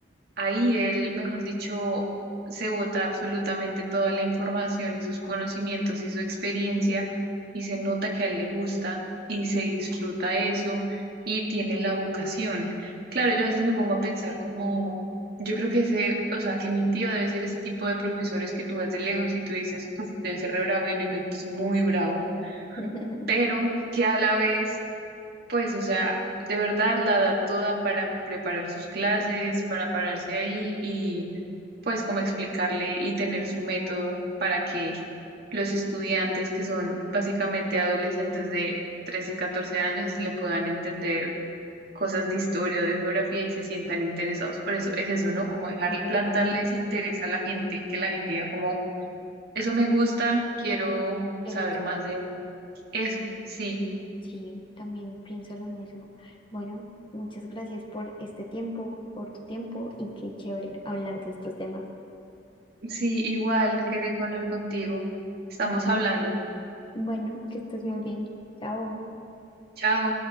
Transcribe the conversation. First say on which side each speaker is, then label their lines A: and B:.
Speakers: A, on the right; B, on the left.
A: Ahí él, mejor dicho, se bota absolutamente toda la información y sus conocimientos y su experiencia y se nota que a él le gusta y se disfruta eso y tiene la vocación. Claro, yo a veces me pongo a pensar como, yo creo que ese, o sea, que mi tío debe ser ese tipo de profesores que tú ves de lejos y tú dices, "Uf, debe ser re bravo y en efecto es muy bravo,
B: <laughs>
A: pero que a la vez pues, o sea, de verdad la da toda para preparar sus clases, para pararse ahí y pues como explicarle y tener su método para que los estudiantes que son básicamente adolescentes de 13 14 años le puedan entender cosas de historia o de geografía y se sientan interesados. Por eso es eso, ¿no? Como dejar
B: Qué lindo.
A: plantarles interés a la gente y que la gente diga como, eso me gusta, quiero
B: Pero
A: saber
B: buscar
A: más de eso. Eso, sí.
B: Sí, también pienso lo mismo. Bueno, muchas gracias por este tiempo, por tu tiempo y qué chévere hablar de estos temas.
A: Sí, igual, qué rico hablar contigo. Estamos
B: Bueno,
A: hablando.
B: bueno, que estés muy bien. Chao.
A: Chao.